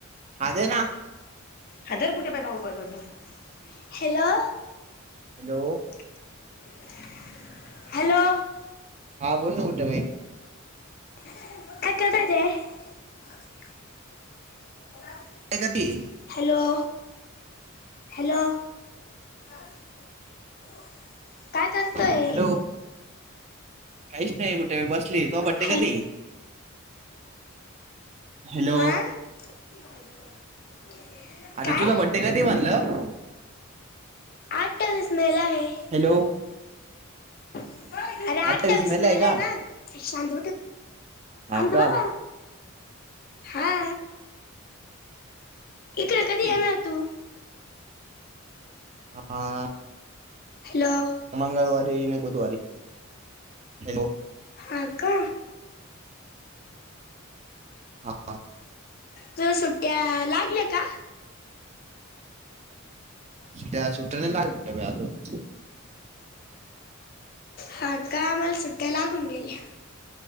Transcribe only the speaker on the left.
हा धर बुट्ट्या भाऊ बरोबर बोल हॅलो.
<inaudible> हॅलो.
काय करु राहीले. <unintelligible>
हॅलो. <inaudible> हॅलो <inaudible> काय करतोय?
हॅलो
हा <inaudible>
काय
अठावीस मे ला. आहे
अरे
अठावीस मे
ला हे ना. ऐ शांत
बसा.
हा. इकड
कधी येणार तू?
हॅलो
हा का?
तुला सुट्ट्या लागल्या का?
हा का आम्हाला सुट्ट्या लागून गेल्या.